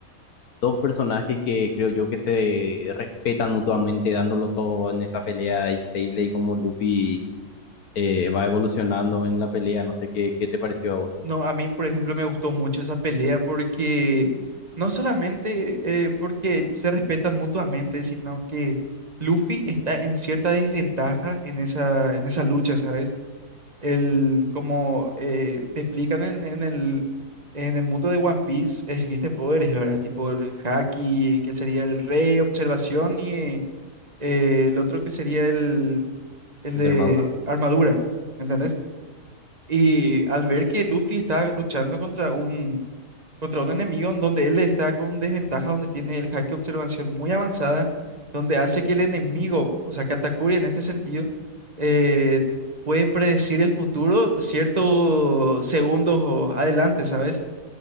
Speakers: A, on the left; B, on the right.
A: dos personajes que creo yo que se respetan mutuamente dándolo todo en esa pelea increíble y como Luffy eh, va evolucionando en la pelea, no sé qué, qué te pareció a vos,
B: No, a mí, por ejemplo, me gustó mucho esa pelea porque no solamente eh, porque se respetan mutuamente, sino que Luffy está en cierta desventaja en esa, en esa lucha, ¿sabes? El, como eh, te explican en, en el, en el mundo de One Piece, existen poderes, ¿verdad? Tipo el Haki, que sería el Rey, Observación, y eh, el otro que sería el, el
A: el
B: de
A: de armadura.
B: Armadura, ¿entendés? Y al ver que Luffy está luchando contra un, contra un enemigo en donde él está con desventaja, donde tiene el haki de observación muy avanzada, donde hace que el enemigo, o sea, Katakuri en este sentido, eh, puede predecir el futuro ciertos segundos adelante, ¿sabes?